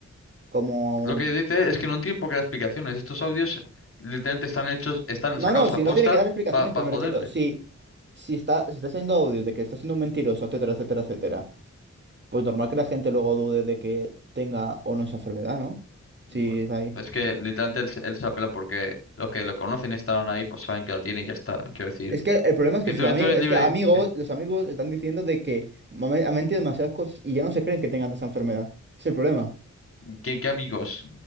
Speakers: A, on the right (about 40°); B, on the left (about 50°).
A: como
B: Lo que dice es que no tiene por qué dar explicaciones. Estos audios literalmente están hechos, están
A: No,
B: sacados
A: no, si
B: a posta
A: no tiene que dar explicaciones,
B: para
A: pero
B: joderle.
A: me refiero, si, si está, si está haciendo audios de que está siendo un mentiroso, etcétera, etcétera, etcétera, pues normal que la gente luego dude de que tenga o no esa enfermedad, ¿no?
B: Bueno,
A: Sí, es ahí.
B: es que literalmente él, se él se apela porque los que lo conocen y están ahí, pues saben que la tiene y ya está. Quiero decir,
A: Es que el problema es que
B: que
A: sus
B: tú eres,
A: amigos,
B: tú eres
A: es
B: libre.
A: que amigos,
B: ¿Qué,
A: los amigos están diciendo de que ha men- ha mentido demasiadas cosas y ya no se creen que tengan esa enfermedad. Es el problema.
B: qué, qué amigos?